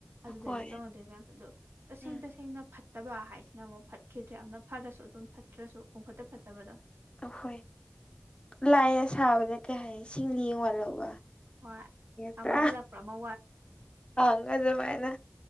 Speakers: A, on the right; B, on the left.
A: ꯑꯗꯨꯗꯅꯤ
B: ꯑꯩꯈꯣꯏ
A: ꯇꯧꯅꯗꯣꯏꯕ ꯃꯌꯥꯝ ꯑꯗꯣ ꯇꯁꯦꯡ
B: ꯎꯝ
A: ꯇꯁꯦꯡꯅ ꯐꯠꯇꯕ ꯍꯥꯏꯁꯤꯅ ꯑꯃꯨꯛ ꯐꯠꯈꯤꯗ꯭ꯔꯦ ꯌꯥꯝꯅ ꯐꯔꯁꯨ ꯑꯗꯨꯝ ꯐꯠꯇ꯭ꯔꯁꯨ ꯄꯨꯡꯈꯠꯇ ꯐꯠꯇꯕꯗꯣ
B: ꯑꯈꯣꯏ ꯂꯥꯏꯅ ꯁꯥꯕꯗ ꯀꯩ ꯍꯥꯏ ꯁꯤꯡꯂꯤ ꯌꯦꯡ ꯋꯥꯠꯍꯧꯕ
A: ꯍꯣꯏ
B: ꯠꯇ
A: ꯑꯃ ꯍꯦꯜꯂꯛꯄ꯭ꯔꯥ ꯑꯃ
B: ꯍꯒꯥꯖꯃꯥꯏꯅ